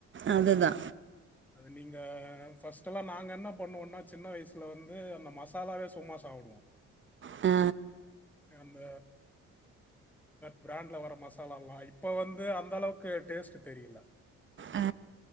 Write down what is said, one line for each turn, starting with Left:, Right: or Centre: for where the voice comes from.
Right: அதுதா
Centre: அது நீங்க ஃபர்ஸ்ட்டெல்லா நாங்க என்ன பண்ணுவோன்னா சின்ன வயசுல வந்து அந்த மசாலாவே சும்மா சாப்டுவோ
Right: அ
Centre: அந்த பிராண்ட்ல வர மசாலா எல்லா இப்ப வந்து அந்த அளவுக்கு டேஸ்ட்டு தெரியல
Right: அ